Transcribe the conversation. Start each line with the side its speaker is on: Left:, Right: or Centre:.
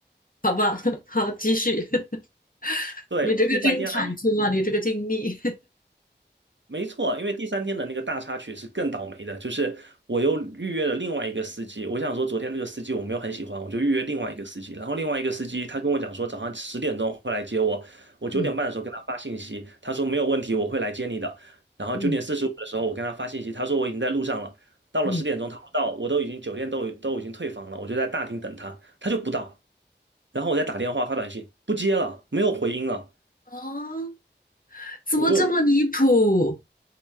Left: 好吧，<laughs> 好，继续。<laughs>
Right: 对，
Left: 你这个真坎坷啊，
Right: 我第三天还。
Left: 你这个经历，
Right: 没错，因为第三天的那个大插曲是更倒霉的，就是我又预约了另外一个司机。我想说，昨天这个司机我没有很喜欢，我就预约另外一个司机。然后另外一个司机他跟我讲说，早上十点钟会来接我。我九点半的时候跟他发信息，
Left: <laughs> 嗯
Right: 他说没有问题，我会来接你的。然后九点四十五的时候我跟他发信息，
Left: 嗯
Right: 他说我已经在路上了。到了十点钟他不到，
Left: 嗯，
Right: 我都已经酒店都都已经退房了，我就在大厅等他，他就不到。然后我再打电话发短信，不接了，没有回音了。
Left: 啊，怎么这么离谱？
Right: 我就